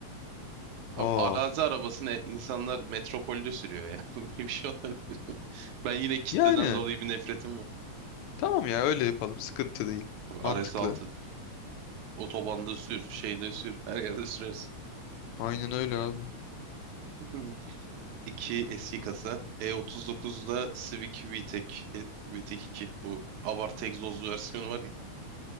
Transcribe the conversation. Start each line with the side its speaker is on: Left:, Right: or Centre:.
Right: Abi
Left: Aa.
Right: arazi arabasını insanlar metropolde sürüyor ya. <laughs> Böyle bir şey olabilir. Ben yine kitleden
Left: Yani
Right: dolayı bir nefretim var.
Left: tamam ya öyle yapalım. Sıkıntı değil.
Right: Abi
Left: Mantıklı.
Right: RS6 otobanda sür, şeyde sür, her yerde sürersin.
Left: Aynen öyle abi.
Right: <laughs> İki eski kasa. E39'da Civic VTEC, e, VTEC 2. Bu abartı egzozlu versiyonu var ya.